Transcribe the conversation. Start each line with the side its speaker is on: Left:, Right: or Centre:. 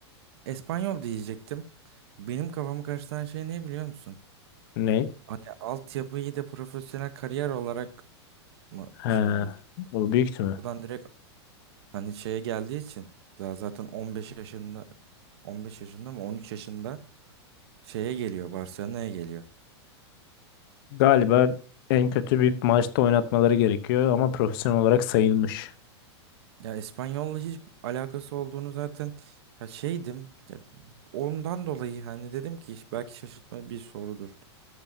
Right: İspanyol diyecektim. Benim kafamı karıştıran şey ne biliyor musun?
Left: Ney?
Right: Hani altyapıyı da profesyonel kariyer olarak mı
Left: He,
Right: şey oluyor?
Left: bu büyük mü?
Right: Buradan direkt hani şeye geldiği için daha zaten 15 yaşında 15 yaşında mı 13 yaşında şeye geliyor, Barcelona'ya geliyor.
Left: Galiba en kötü bir maçta oynatmaları gerekiyor ama profesyonel olarak sayılmış.
Right: Ya İspanyol'la hiç alakası olduğunu zaten ya şeydim. Ya ondan dolayı hani dedim ki belki şaşırtma bir sorudur.